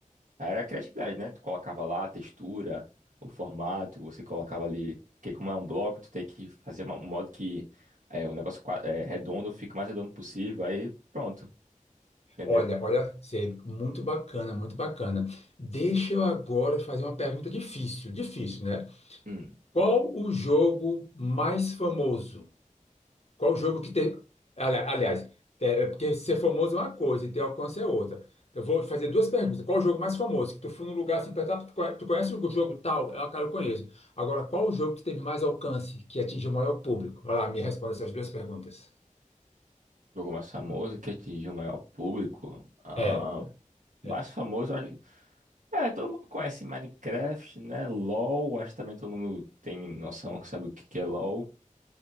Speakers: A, on the right; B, on the left.
A: Aí era a criatividade, né? Tu colocava lá a textura, o formato, você colocava ali. Porque como é um bloco, tu tem que fazer uma- um modo que é, o negócio qua- é, redondo fique o mais redondo possível. Aí pronto, entendeu?
B: Olha, olha, Sê, muito bacana, muito bacana. Deixa eu agora fazer uma pergunta difícil, difícil, né?
A: Hum.
B: Qual o jogo mais famoso? Qual o jogo que tem. ali- Aliás, é, é, porque ser famoso é uma coisa e ter alcance é outra. Eu vou fazer duas perguntas. Qual o jogo mais famoso? Que tu foi num lugar assim, perguntar, tu conhe- tu conhece o jogo tal? É, Ah, cara, eu conheço. Agora, qual o jogo que teve mais alcance, que atingiu o maior público? Vai lá, me responda essas duas perguntas.
A: Jogo mais famoso que atingiu o maior público. Ah,
B: É,
A: mais
B: é
A: famoso. É, todo mundo conhece Minecraft, né? LoL, acho que também todo mundo tem noção, sabe o que que é LoL.